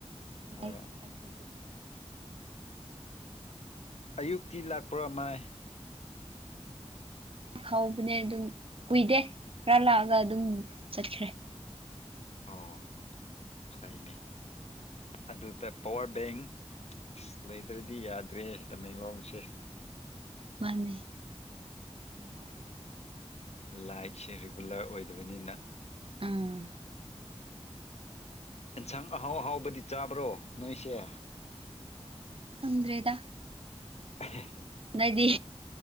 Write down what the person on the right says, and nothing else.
ꯂꯩꯛꯗꯕꯒꯤ
ꯍꯥꯎꯕꯅꯦ ꯑꯗꯨꯝ ꯀꯨꯏꯗꯦ ꯈꯔ ꯂꯥꯛꯑꯒ ꯑꯗꯨꯝ ꯆꯠꯈ꯭ꯔꯦ
ꯃꯥꯥꯟꯅꯩ ꯌꯥꯝ ꯋꯥꯏ
ꯑꯥ
ꯑꯟ꯭ꯔꯦꯗ
ꯗꯤ